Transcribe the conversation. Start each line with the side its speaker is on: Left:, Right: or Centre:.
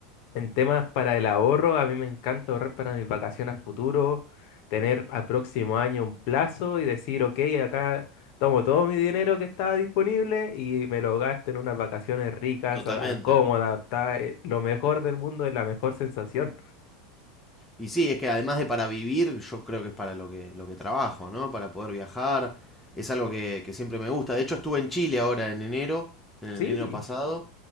Left: en temas para el ahorro, a mí me encanta ahorrar para mis vacaciones a futuro, tener al próximo año un plazo y decir, ok, acá tomo todo mi dinero que estaba disponible y me lo gasto en unas vacaciones ricas,
Centre: Totalmente.
Left: a- a- cómodas, ta- eh, lo mejor del mundo es la mejor sensación.
Centre: Y sí, es que además de para vivir, yo creo que es para lo que, lo que trabajo, ¿no? Para poder viajar. Es algo que, que siempre me gusta. De hecho, estuve en Chile ahora en enero, en el
Left: Sí.
Centre: enero pasado.